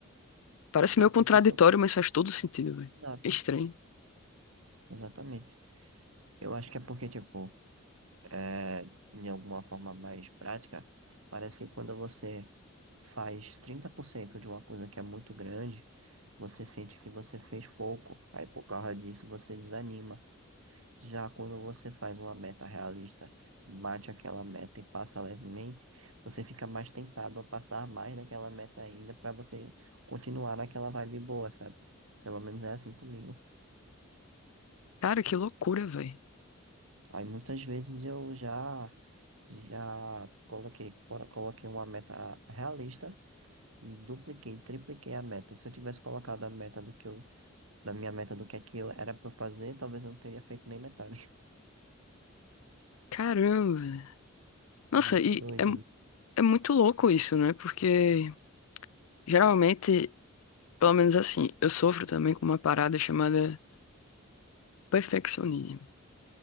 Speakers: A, on the left; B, on the right.
A: Parece
B: Já
A: meio
B: aconteceu
A: contraditório,
B: com
A: mas faz todo sentido, velho.
B: Exato,
A: Estranho.
B: exatamente. Eu acho que é porque, tipo, é, de alguma forma mais prática, parece que quando você faz 30% de uma coisa que é muito grande, você sente que você fez pouco. Aí, por causa disso, você desanima. Já quando você faz uma meta realista, bate aquela meta e passa levemente, você fica mais tentado a passar mais daquela meta ainda para você continuar naquela vibe boa, sabe? Pelo menos é assim comigo.
A: Cara, que loucura, velho.
B: Aí muitas vezes eu já já coloquei, colo- coloquei uma meta realista e dupliquei, tripliquei a meta. Se eu tivesse colocado a meta do que eu, da minha meta do que é que eu era para fazer, talvez eu não teria feito nem metade. <laughs>
A: Caramba. Nossa,
B: É muito
A: e
B: doido
A: é, mu-
B: isso.
A: é muito louco isso, né? Porque geralmente, pelo menos assim, eu sofro também com uma parada chamada perfeccionismo.